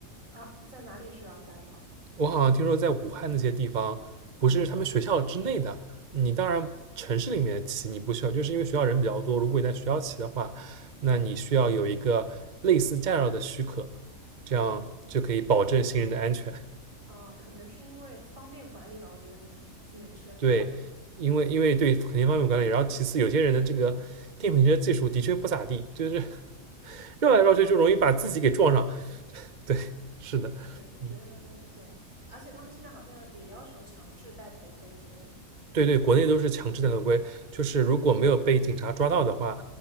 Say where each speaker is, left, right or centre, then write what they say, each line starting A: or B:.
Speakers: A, on the right (about 70°); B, on the right (about 35°).
A: 啊，在哪里需要驾照？
B: 我好像听说在武汉那些地方，不是他们学校之内的，你当然城市里面骑你不需要，就是因为学校人比较多。如果你在学校骑的话，那你需要有一个类似驾照的许可，这样就可以保证行人的安全。
A: 哦，可能是因为方便管理吧，我觉得可能是因为车太多了。
B: 对，因为因为对肯定方面管理，然后其次有些人的这个电瓶车技术的确不咋地，就是绕来绕去就容易把自己给撞上。对，是的，
A: 对，我觉得对，
B: 嗯，
A: 而且他们现在好像也要求强制戴头盔之类的
B: 对对，国内都是强制的合规，就是如果没有被警察抓到的话，